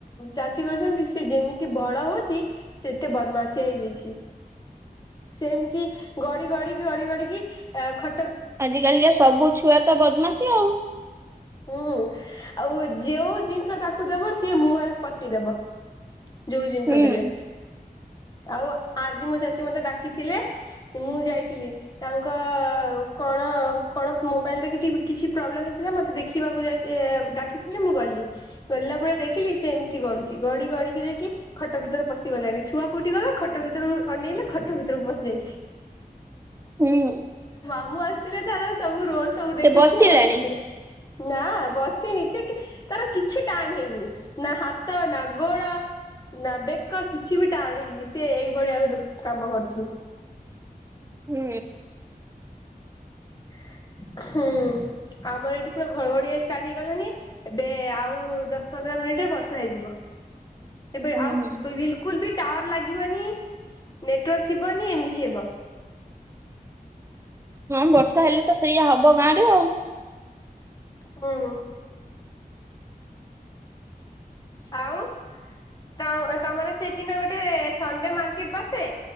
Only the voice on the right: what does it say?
ଆଜି କାଲି ସବୁ ଛୁଆ ତ ବଦ୍ମାସି ଆଉ।
ହୁଁ।
ହୁଁ।
ସେ
ବସିଲାଣି।
ହୁଁ।
ହୁଁ।
ହଁ ବର୍ଷା ହେଲେ ତ ସେଇଆ ହବ ଗାଁ ରେ ଆଉ।